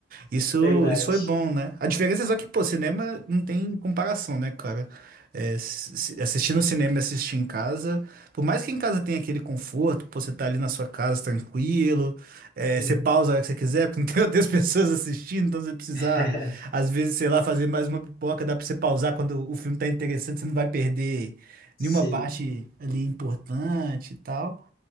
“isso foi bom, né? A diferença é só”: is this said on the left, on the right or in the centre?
Right